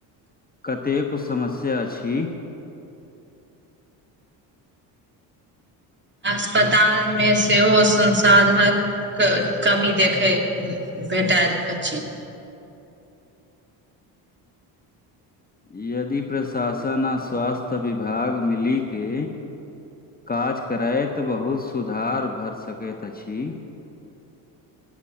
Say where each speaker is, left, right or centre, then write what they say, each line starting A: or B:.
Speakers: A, on the left; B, on the right.
A: कतेको समस्या छी,
B: अस्पताल मे सेहो संसाधनक क कमी देखै भेटाएल अछि,
A: य यदि प्रशासन आ स्वास्थ्य विभाग मिली के काज करैत बहुत सुधार भर सकैत अछी,